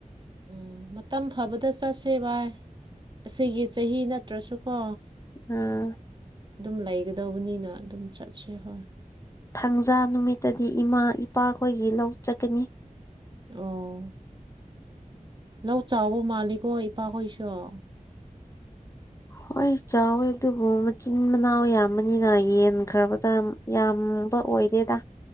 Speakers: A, on the right; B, on the left.
A: ꯎꯝ ꯃꯇꯝ ꯐꯕꯗ ꯆꯠꯁꯦ ꯚꯏ ꯑꯁꯤꯒꯤ ꯆꯍꯤ ꯅꯠꯇ꯭ꯔꯁꯨꯀꯣ
B: ꯎꯝ
A: ꯑꯗꯨꯝ ꯂꯩꯒꯗꯧꯕꯅꯤꯅ ꯑꯗꯨꯝ ꯆꯠꯁꯦ ꯍꯣꯏ
B: ꯊꯥꯡꯖꯥ ꯅꯨꯃꯤꯠꯇꯗꯤ ꯏꯃꯥ ꯏꯄꯥꯈꯣꯏꯒꯤ ꯂꯧ ꯆꯠꯀꯅꯤ
A: ꯑꯣ ꯂꯧ ꯆꯥꯎꯕ ꯃꯥꯜꯂꯤꯀꯣ ꯏꯄꯥꯍꯣꯏꯁꯨ <unintelligible>
B: ꯍꯣꯏ ꯆꯥꯎꯋꯦ ꯑꯗꯨꯕꯨ ꯃꯆꯤꯟ ꯃꯅꯥꯎ ꯌꯥꯝꯕꯅꯤꯅ ꯌꯦꯟꯈ꯭ꯔꯕꯗ ꯌꯥꯝꯕ ꯑꯣꯏꯗꯦꯗ